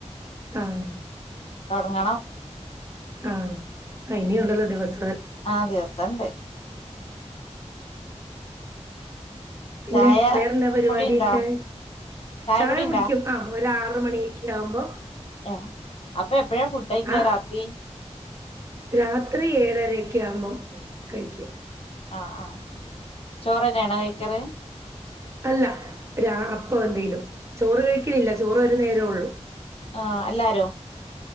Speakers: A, on the right; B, on the left.
A: ആഹ
B: തൊടങ്ങണം
A: ആഹ ഇനിയും ഇണ്ടല്ലോ ദിവസ
B: ആഹ് ദിവസണ്ട്
A: പിന്നെ
B: ചായ
A: വേറെന്ത പരിപാടി
B: കുടി ഇണ്ടാ
A: ഒക്കെ ചായ
B: കുടി ഇണ്ടാ
A: കുടിക്കും ആ ഒ ആറ മണിയൊക്കെ ആവുമ്പോ
B: ഏഹ് അപ്പൊ എപ്പഴാ ഫുഡ് കഴിക്കാ
A: ആഹ
B: രാത്രി
A: രാത്രി ഏഴര ഒക്കെ ആവുമ്പോം കഴിക്കാം
B: ആഹ്ആഹ് ചോറ്ന്നെ ആണോ കൈ കാറ്
A: അല്ല രാ അപ്പൊ എന്തെലും ചോറ് കഴിക്കില്ല ചോറ് നേരേ ഉള്ളൂ
B: ആ അല്ലാരോ